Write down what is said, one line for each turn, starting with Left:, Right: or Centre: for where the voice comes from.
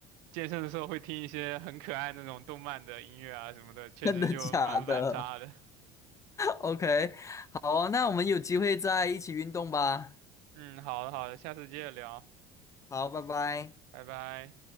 Right: 健身的时候会听一些很可爱那种动漫的音乐啊什么的，
Left: <laughs>
Right: 确实就蛮反差的。
Left: 真的假的？OK，好啊，那我们有机会再一起运动吧。
Right: 嗯，好的好的，下次接着聊，
Left: 好，拜拜。
Right: 拜拜。